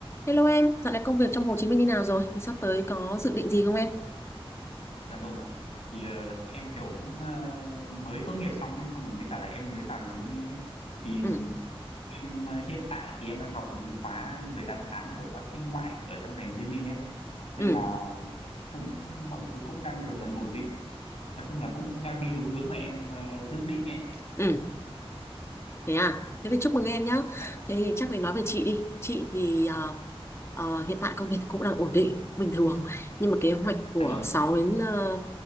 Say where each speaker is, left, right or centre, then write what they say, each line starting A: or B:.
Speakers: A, on the left; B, on the left.
A: Hello em, dạo này công việc trong Hồ Chí Minh như nào rồi? Thì sắp tới có dự định gì không em?
B: Dạ vâng ạ. Thì ờ, em kiểu cũng ờ, mới tốt nghiệp xong ấy, xong rồi với cả là em mới vào thành phố Hồ Chí Minh ấy. Thì
A: Ừ,
B: em ờ, hiện tại thì em đang học một cái khóa 18 tháng của bác sĩ ngoại ở trong thành phố Hồ Chí Minh ấy. Nên
A: ừ,
B: là cũng mọi thứ cũng đang dần dần ổn định. Nói chung là cũng đang đi đúng hướng mà em ờ, dự định ấy.
A: ừ, thế à? Thế thì chúc mừng em nhá.
B: Dạ,
A: Thế thì chắc phải nói về chị đi. Chị thì ờ, ờ, hiện tại công việc cũng đang ổn định, bình thường. Nhưng mà kế hoạch của
B: dạ vâng,
A: 6 đến ờ,